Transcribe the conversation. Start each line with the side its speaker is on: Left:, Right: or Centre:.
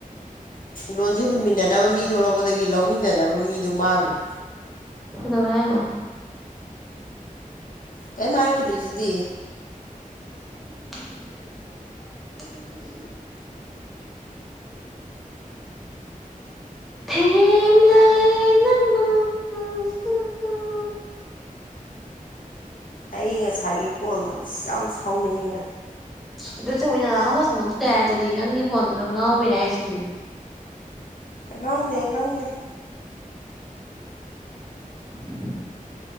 Left: ꯂꯣꯟꯁꯤ ꯍꯨꯟꯃꯤꯟꯅꯅꯕ ꯃꯤ ꯊꯣꯛꯂꯛꯄꯗꯒꯤ ꯂꯧꯃꯤꯟꯅꯅꯕ ꯃꯤꯗꯨ ꯃꯥꯡꯈ꯭ꯔꯦ
Centre: ꯀꯩꯗꯧꯔꯦ ꯍꯥꯏꯅꯣ
Left: ꯀꯦꯝ ꯍꯥꯏꯔꯛꯈꯤꯗ꯭ꯔꯤꯁꯤꯗꯤ
Centre: <inaudible> ꯊꯦꯝꯂꯒꯦ ꯅꯪꯕꯨ <unintelligible>
Left: ꯑꯩ ꯉꯁꯥꯏꯒꯤ ꯀꯣꯜꯗꯨ ꯌꯥꯝ ꯁꯥꯎꯅꯤꯡꯉꯤꯗ
Centre: ꯑꯗꯨ ꯆꯧꯕꯤꯅ <unintelligible> ꯍꯣꯁꯄꯣꯠ ꯃꯨꯊꯠꯇꯦ ꯍꯥꯏꯁꯤꯗꯤ ꯅꯪꯒꯤ ꯐꯣꯟꯗꯨꯗ ꯉꯥꯎꯕꯩꯅꯦ ꯍꯥꯏꯁꯤꯗꯤ
Left: ꯈꯪꯗꯦ ꯈꯪꯗꯦ
Centre: <unintelligible>